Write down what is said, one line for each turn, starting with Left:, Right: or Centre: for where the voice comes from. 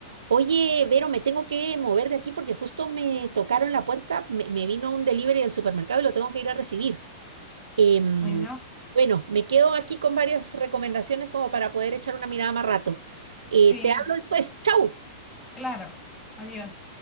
Right: Oye, Vero, me tengo que mover de aquí porque justo me tocaron la puerta, me, me vino un delivery del supermercado y lo tengo que ir a recibir. Em,
Left: Bueno,
Right: bueno, me quedo aquí con varias recomendaciones como para poder echar una mirada más rato. Eh,
Left: sí,
Right: te hablo después. ¡Chau!
Left: claro. Adiós.